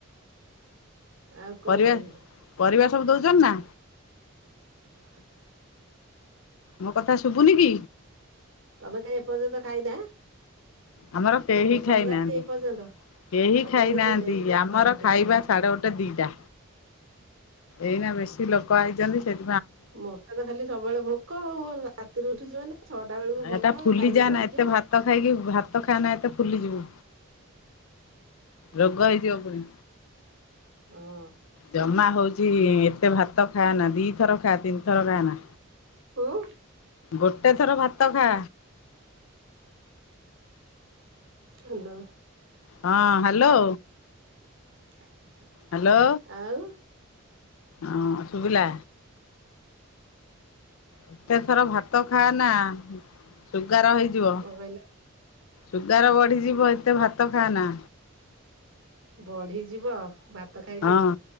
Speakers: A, on the right; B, on the left.
A: ଆଉ କଣ
B: ପରିବା
A: କହିବି
B: ପରିବା ସବୁ ଦଉଛନ୍ତି ନା।
A: <inaudible>
B: ମୋ କଥା ଶୁଭୁନି କି?
A: ତମେ କାହି ଏ ପର୍ଯ୍ୟନ୍ତ ଖାଇନା
B: ଆମର କେହି
A: ଭୋକ
B: ଖାଇନାହାନ୍ତି।
A: ହେଲାନି ଏପର୍ଯ୍ୟନ୍ତ।
B: କେହି
A: ସବୁଦିନ
B: ଖାଇନାହାନ୍ତି
A: ଲେଟ ରେ
B: ଆମର
A: ଖାଉଛ ଡେରି
B: ଖାଇବା
A: ହେଲେ
B: ସାଢେ
A: ଖାଉଛୁ।
B: ଗୋଟେ ଦିଟା ଏଇନା ବେଶୀ ଲୋକ ଆଇଛନ୍ତି ସେଠ
A: ମୋତେ ତ ଖାଲି ସବୁବେଳେ ଭୋକ ଆଉ ରାତିରୁ ଉଠିଛି ମାନେ ଛଅଟା ବେଳକୁ ଭୋକ
B: ଏଟା ଫୁଲି
A: ଖାଇବି
B: ଯାଆନା
A: ଜଳଖିଆ।
B: ଏତେ ଭାତ ଖାଇକି ଭାତ ଖାଆନା ଏତେ ଫୁଲିଯିବୁ। ରୋଗ ହେଇଯିବ ପୁଣି।
A: ହଁ
B: ଜମା ହଉଛି ଏତେ ଭାତ ଖାଆନା ଦିଥର ଖା ତିନି ଥର ଖାଆନା
A: ହୁଁ
B: ଗୋଟେ ଥର ଭାତ ଖା।
A: ହେଲୋ।
B: ହଁ ହ୍ୟାଲୋ।
A: <inaudible>
B: ହ୍ୟାଲୋ।
A: ଆଉ।
B: ହଁ ଶୁଭିଲା। ଏତେଥର ଭାତ ଖାଆନା ସୁଗାର ହେଇଯିବ।
A: କଣ କହିଲ
B: ସୁଗାର ବଢ଼ିଯିବ ଏତେ ଭାତ ଖାଆନା।
A: ବଢିଯିବ। ଭାତ ଖାଇଲେ।
B: ହଁ